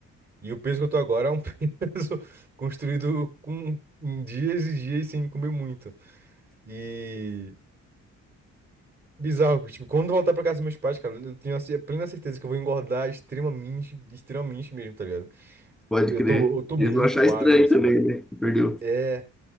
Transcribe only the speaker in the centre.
Pode
crer.
Eles vão achar
estranho
também, né? que Perdeu.